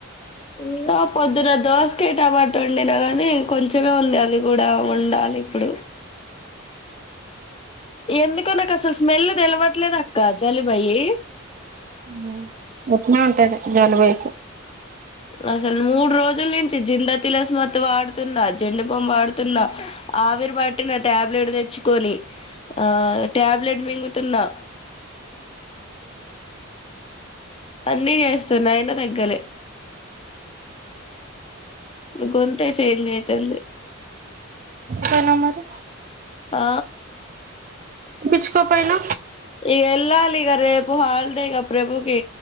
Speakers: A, on the left; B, on the right.
A: ఇంకా పొద్దున దోసక టమాట్ వండినా గాని కొంచమే ఉంది అది కూడా వుండాలి ఇప్పుడు ఎందుకో నాకు అసలు స్మెల్ తెలవట్లేదు అక్క జలిబయి
B: మ్మ్ చెప్ నంటారు జాలు బై
A: అసలు మూడు రోజుల నుంచి జింద తలస్మత్త వాడుతున్నా జెండుబం వాడుతున్నా ఆవిరి పట్టిన టాబ్లెట్ తెచ్చుకొని ఆ ట్యాబ్లెట్ మింగుతున్నా అన్నీ చేస్తున్నా అయినా దగ్గలే ఇ గొంతే చేంజ్ అయితంది
B: సనా మరి
A: ఆ
B: చ్చకోపోయిన
A: ఇక వెళ్ళాలి ఇక రేపు హాలిడేక ప్రభుకి